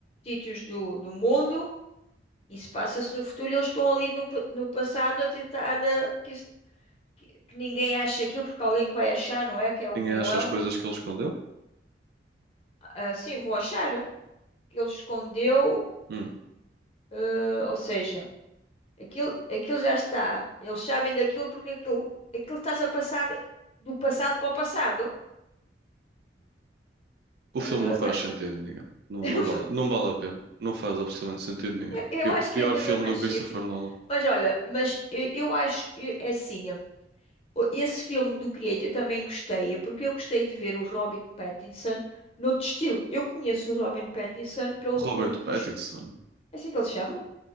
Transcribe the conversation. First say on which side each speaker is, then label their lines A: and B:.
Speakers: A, on the left; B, on the right.
A: sítios do, do mundo, isso passa-se no futuro e eles estão ali no, pa- no passado a tentar, eh, que, isso- que- que ninguém ache aquilo, porque alguém que vai achar, não é? Que é o
B: Ninguém
A: vilão.
B: acha as coisas que ele escondeu?
A: Ah, sim, vão achar, eh, que ele escondeu,
B: Hum.
A: eh, ou seja. Aquilo, aquilo já está. Eles sabem daquilo porque aquilo, aquilo está-se a passar do passado para o passado.
B: O
A: Eh,
B: filme não faz
A: agora,
B: sentido nenhum. Não,
A: <laughs>
B: não vale, não vale a pena. Não faz absolutamente sentido nenhum.
A: eu
B: Pior,
A: acho que
B: pior
A: é a coisa
B: filme
A: mais
B: do Christopher
A: simples.
B: Nolan.
A: Mas olha, mas eu, eu acho eh, é assim. eh, o- Esse filme do Creator eu também gostei, porque eu gostei de ver o robin Pattinson noutro estilo. Eu conheço o robin Pattinson pelo
B: Robert
A: eh, Crepúsculo.
B: Pattinson.
A: É assim que ele se chama?